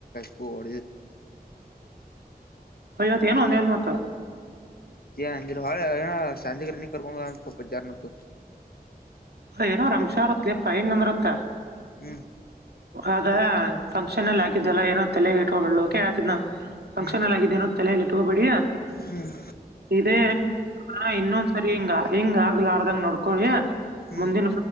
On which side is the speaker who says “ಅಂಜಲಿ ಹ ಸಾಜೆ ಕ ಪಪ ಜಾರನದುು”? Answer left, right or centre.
Left